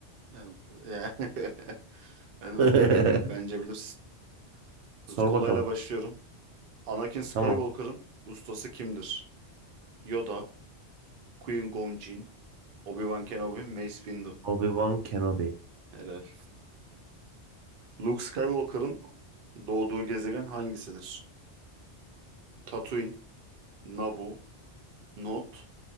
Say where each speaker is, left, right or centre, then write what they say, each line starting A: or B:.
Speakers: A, on the right; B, on the right.
A: Ya- ya. <laughs> Hadi
B: <laughs>
A: bakalım. Bence bilirsin.
B: Sor
A: Biz kolayla
B: bakalım.
A: başlıyorum. Anakin Skywalker'ın
B: Tamam.
A: ustası kimdir? Yoda, Qui-Gon Jinn, Obi-Wan Kenobi, Mace Windu.
B: Obi-Wan Kenobi.
A: Helal. Luke Skywalker'ın doğduğu gezegen hangisidir? Tatooine, Naboo, Not,